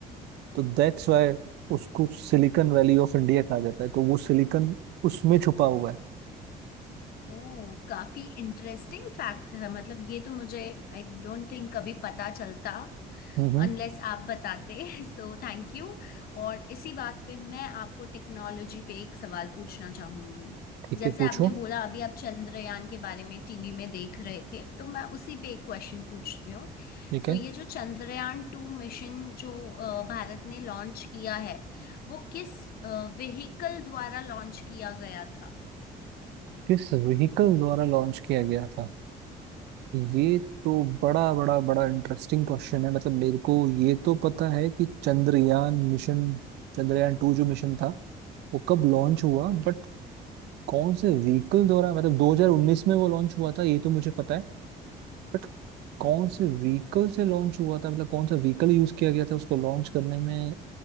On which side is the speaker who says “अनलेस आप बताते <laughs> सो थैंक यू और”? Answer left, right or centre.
Left